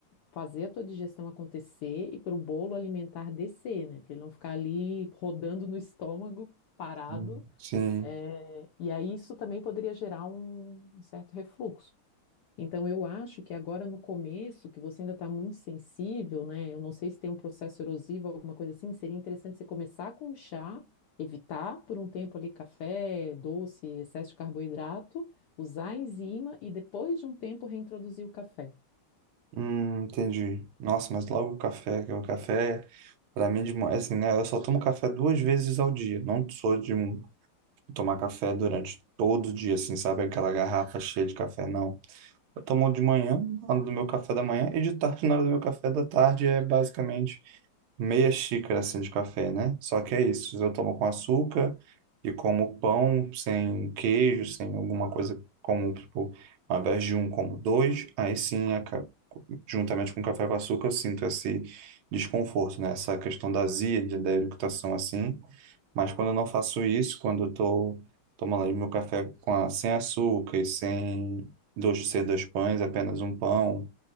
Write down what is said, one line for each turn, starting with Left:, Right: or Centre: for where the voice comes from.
Left: fazer a tua digestão acontecer e para o bolo alimentar descer, né? Para ele não ficar ali rodando no estômago, parado.
Right: Hum, Sim,
Left: É, e aí isso também poderia gerar um um certo refluxo. Então, eu acho que agora no começo, que você ainda está muito sensível, né? Eu não sei se tem um processo erosivo, alguma coisa assim, seria interessante você começar com o chá, evitar por um tempo ali café, doce, excesso de carboidrato, usar a enzima e depois de um tempo reintroduzir o café.
Right: hum, entendi. Nossa, mas logo o café, que o café para mim de manhã, assim, né? Eu só tomo café duas vezes ao dia. Não sou de um- tomar café durante todo o dia, assim, sabe? Aquela garrafa cheia de café, não. Eu tomo de manhã, na hora do meu café da manhã, e de tarde, na hora do meu café da tarde, é basicamente meia xícara assim de café, né? Só que é isso, eu tomo com açúcar e como pão sem queijo, sem alguma coisa comum, tipo, ao invés de um, como dois, aí sim, a ca- juntamente com o café com açúcar, eu sinto esse desconforto, né? Essa questão da azia, de- da eructação assim. Mas quando eu não faço isso, quando eu tô tomando ali meu café com a- sem açúcar e sem dois, ser dois pães, apenas um pão